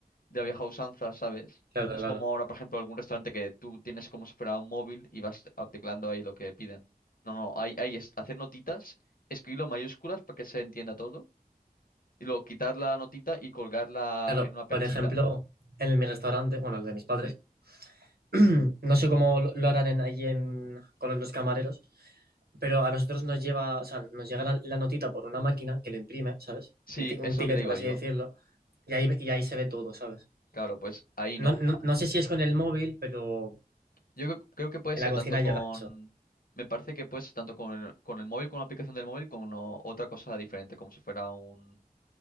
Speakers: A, on the left (about 65°); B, on the right (about 85°).
A: de la vieja usanza, ¿sabes?
B: Claro,
A: No es
B: claro.
A: como ahora, por ejemplo, algún restaurante que tú tienes como si fuera un móvil y vas a- teclando ahí lo que piden. No, no, hay, hay es hacer notitas, escribirlo en mayúsculas para que se entienda todo y luego quitar la notita y colgarla
B: Claro,
A: en una perchita.
B: por ejemplo, en mi restaurante, bueno, el de mis padres.
A: Sí.
B: <clears throat> No sé cómo lo lo harán en- ahí en, con los camareros, pero a nosotros nos lleva, o sea, nos llega la, la notita por una máquina que lo imprime, ¿sabes?
A: Sí,
B: El, ti- un
A: es
B: ticket,
A: lo que te digo
B: por así
A: yo.
B: decirlo, y ahí, y ahí se ve todo, ¿sabes?
A: Claro, pues ahí
B: No,
A: no.
B: no,
A: Ah,
B: no sé si es con el móvil, pero
A: Yo creo, creo que puede
B: en
A: ser
B: la cocina
A: tanto con...
B: llega eso.
A: Me parece que puede ser tanto con el, con el móvil, con una aplicación del móvil, con o- otra cosa diferente, como si fuera un,